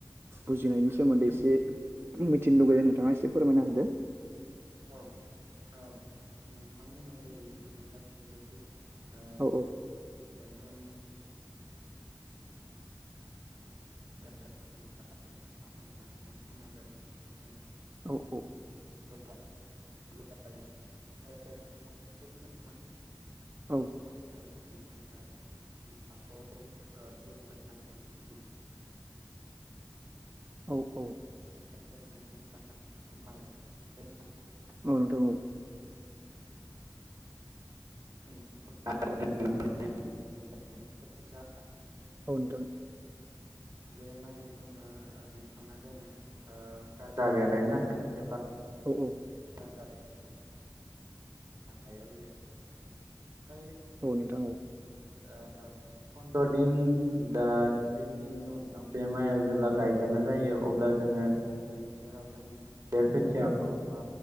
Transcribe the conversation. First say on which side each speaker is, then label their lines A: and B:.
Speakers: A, on the right; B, on the right.
A: बुजिनायनि। सोमोन्दै एसे
B: उम
A: मिथिनो लुुबैदों
B: उम
A: नोंथाङा एसे फोरमायना होदो।
B: औ औ नोंथांमोनाबदि आं गासिबो फैगोन।
A: औ
B: जों।
A: <unintelligible>
B: <unintelligible>
A: औ औ।
B: <unintelligible>
A: औ।
B: <unintelligible>
A: औ औ।
B: <unintelligible>
A: औ नोंथां औ
B: <unintelligible>
A: औ नोंथां।
B: बे माइखौ जोङो दिखांना दोनो। गाजा बेरायनायनि थाखाय जेब्ला।
A: औ औ
B: <unintelligible> ओमफ्राय ओ।
A: औ नोंथां औ नोंथां औ
B: फनन्द्र दिन बा बिस दिननि उनाव बे माइया जेब्ला गायजानाय। जायो अ अब्ला जोेराव। जों बे खोथियाखौ बा